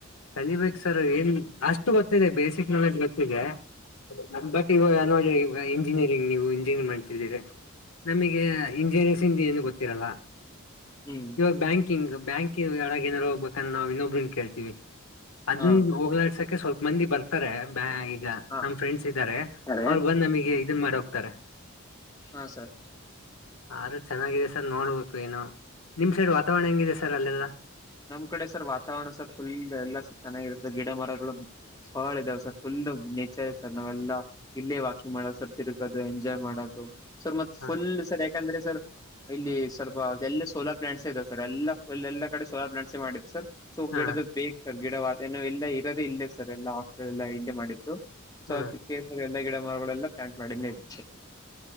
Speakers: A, on the left; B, on the left.
A: ಕಲಿಬೇಕ ಸರ್ ಏನ್ ಅಷ್ಟು ಗೊತ್ತಿದೆ ಬೇಸಿಕ್ ನಾಲೆಜ್ ಗೊತ್ತಿದೆ. ನನ್ನ ಬಗ್ಗೆ ಇವಾಗ ನೋ ಈ ಇಂಜಿನಿಯರಿಂಗ್ ನೀವು ಇಂಜಿನಿಯರಿಂಗ್ ಮಾಡ್ತಿದ್ದೀರ. ನಮಗೆ ಇಂಜಿನಿಯರ್ಸ ಇಂದ ಏನು ಗೊತ್ತಿರಲ್ಲ.
B: ಹ್ಮ.
A: ಇವಾಗ ಬ್ಯಾಂಕಿಂಗ್ ಬ್ಯಾಂಕಂಗ್ ರಗ ಏನಾರ ಹೋಗ್ಬೇಕಂದ್ರ ನಾವ ಇನ್ನಬ್ರ ಕೇಳ್ತೀವಿ. ಅದನ್ನ
B: ಹಾ
A: ಹೋಗ್ಲಾಡ್ಸಕ್ಕೆ ಸ್ವಲ್ಪ ಮಂದಿ ಬರ್ತ ಗ್ತಾರೆ ಬ ಈಗ
B: ಹಾ
A: ನಮ್ ಫ್ರೆಂಡ್ಸ್ ಇದ್ದಾರೆ
B: ಅರೆ
A: ಅವ್ರ ಬಂದ್ ನಮಗೆ ಇದ ಮಾಡ ಹೋಗ್ತಾರೆ.
B: Show sir.
A: ಆದ್ರೂ ಚೆನ್ನಾಗಿದೆ ಸರ್ ನೋಡ್ಬೇಕು ಇನ್ನು ನಿಮ್ ಸೈಡ್ ವಾತಾವರಣ ಹೆಂಗಿದೆ ಸರ್ ಅಲ್ಲೆಲ್ಲ.
B: ನಮ್ಮ ಕಡೆ ಸರ್ ವಾತಾವರಣ ಸರ್ ಫುಲ್ ಎಲ್ಲ ಸರ್ ಚೆನ್ನಾಗಿರತ್ತೆ ಗಿಡ ಮರಗಳು. ಫಾಳ ಇದಾವ ಸರ್ ಫುಲ್ ನೇಚರ್ ಇದೆ ಸರ್ ನಾವೆಲ್ಲ ಇಲ್ಲೇ ವಾಕಿಂಗ್ ಮಾಡದು ಸರ್ ತಿರುಗೋದು ಎಂಜಾಯ್ ಮಾಡೋದು ಸರ್ ಮತ್ತ
A: ಹ
B: ಫುಲ್ ಸರ ಯ ಯಾಕಂದ್ರೆ ಸರ್ ಇಲ್ಲಿ ಸ್ವಲ್ಪ ಎಲ್ಲಾ ಸೋಲಾರ್ ಪ್ಲಾಂಟ್ಸ್ ಇದೆ ಸರ್ ಎಲ್ಲಾ ಫುಲ್ ಎಲ್ಲ ಕಡೆ. ಸೋಲಾರ್ ಪ್ಲಾಂಟ್ಸ್ ಮಾಡಿದ್ ಸರ್ ಸೊ
A: ಹಾ
B: ಗಿಡದ ಬೇಕ್ ಸರ್ ಗಿಡವ ಏ ಎಲ್ಲಾ ಇರದೆೇ ಇಲ್ಲ ಸರ್ ಎಲ್ಲ ದೆಲ್ಲ ಇಲ್ಲೇ ಮಾಡಿದ್ದು ಸೊ
A: ಹ್ಮ್
B: ಅದು ಕೇಸರ್ ಎಲ್ಲಾ ಗಿಡ ಮರಗಳೆಲ್ಲ ಪ್ಲಾಂಟ್ ಮಾಡಿದೇ ಇದ